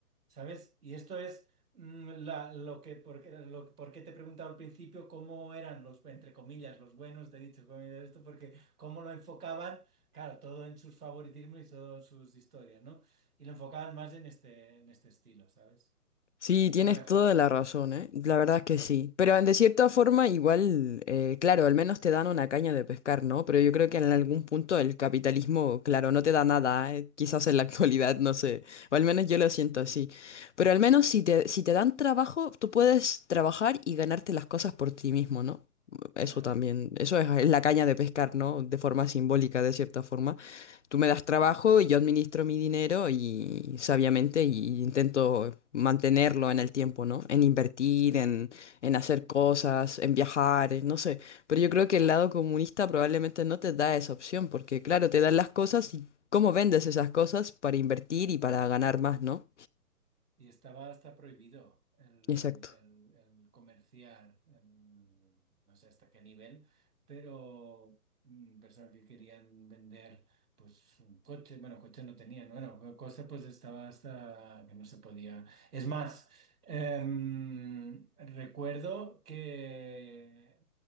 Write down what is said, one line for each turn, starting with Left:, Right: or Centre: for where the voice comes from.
Right: ¿sabes? Y esto es mm, la- lo que, porque, lo, por qué te he preguntado al principio cómo eran los, entre comillas, los buenos, te he dicho, comillas, esto, porque cómo lo enfocaban, claro, todo en sus favoritismos y todas sus historias, ¿no? Y lo enfocaban más en este, en este estilo, ¿sabes?
Left: Sí, tienes
Right: A lo mejor,
Left: toda la razón, ¿eh? La verdad es que sí. Pero de cierta forma, igual, eh, claro, al menos te dan una caña de pescar, ¿no? Pero yo creo que en algún punto el capitalismo, claro, no te da nada, ¿eh? Quizás en la <laughs> actualidad, no sé. O al menos yo lo siento así. Pero al menos si te, si te dan trabajo, tú puedes trabajar y ganarte las cosas por ti mismo, ¿no? Eso
Right: claro.
Left: también. Eso es la caña de pescar, ¿no? De forma simbólica, de cierta forma. Tú me das trabajo y yo administro mi dinero y sabiamente y intento mantenerlo en el tiempo, ¿no? En invertir, en, en hacer
Right: Ujú.
Left: cosas, en viajar, en- no sé. Pero yo creo que el lado comunista probablemente no te da esa opción, porque claro, te dan las cosas y cómo vendes esas cosas para invertir y para ganar más, ¿no?
Right: Y estaba hasta prohibido el,
Left: Exacto.
Right: el- el comerciar, el- no sé hasta qué nivel, pero mm, personas que querían vender pues un coche, bueno, coche no tenían, bueno, co- cosa pues estaba hasta que no se podía. Es más, em, recuerdo que,